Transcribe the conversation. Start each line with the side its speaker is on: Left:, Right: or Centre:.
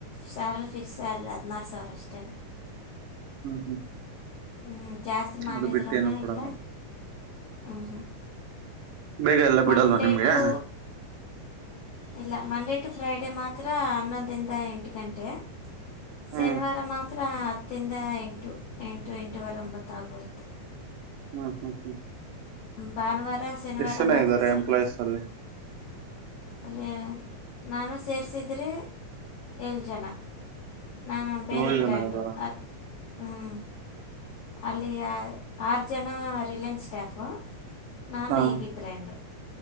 Left: ಸ್ಯಲ್ರಿ ಫಿಕ್ಸ್ ಸ್ಯಲ್ರಿ ಹದಿನಾರು ಸಾವಿರ ಅಷ್ಟೇ
Right: ಹ್ಮ್ ಹ್ಮ್
Left: ಹ್ಞೂ ಜಾಸ್ತಿ ಮಾಡಿದ್ರೂ
Right: ಅದು ಬಿಟ್ಟು ಏನು ಕೊಡಲ್ಲ
Left: ಇಲ್ಲ ಹ್ಞ ಹ್ಞೂ
Right: ಬೇಗ ಎಲ್ಲ
Left: ಮಂಡೇಟು
Right: ಬಿಡಲ್ವಾ ನಿಮ್ಗೆ
Left: ಇಲ್ಲ ಮಂಡೇ ಟು ಫ್ರೈಡ ಅ ಮಾತ್ರ ಅನ್ನೊಂದುದ ಎಟಕೆ ಶನಿವಾರ
Right: ಹ್ಮ್
Left: ಹತ್ತಿರ ಹತ್ತಂದ ಎಂಟು ಎಂಟು ಎಂಟೂವರೆ ಒಂಬತ್ತುಾಗಿಬಿಡುತ್ತೆ
Right: ಹ್ಮ್ ಹ್ಮ್ ಹ್ಮ್
Left: ಭಾನುವಾರ ಶನಿವಾರ
Right: ಎಷ್ಟ್ ಜನ
Left: ಮಾತ್ರ
Right: ಇದ್ದಾರೆ
Left: ಸ್ವಲ್ಪಚ್ಚ
Right: ಎಂಪ್ಲಾಯೀಸ್ ಅಲ್ಲಿ
Left: ಅಲ್ಲಿ ನಾನು ಸೇರಿಸಿದೆ ಏಳು ಜನ ನಾನು ಬೇರೆ
Right: ಏಳು
Left: ಬ್ರ್ಯಾಂಡು
Right: ಜನ ಇದ್ದಾರಾ
Left: ಹ್ಮ್ ಅಲ್ಲಿ ಆರು ಜನ ರಿಲಯನ್ಸ್ ಸ್ಟಾಫು ನಾನು
Right: ಹಾ
Left: ಇ ಬಿ ಬ್ರ್ಯಾಂಡರು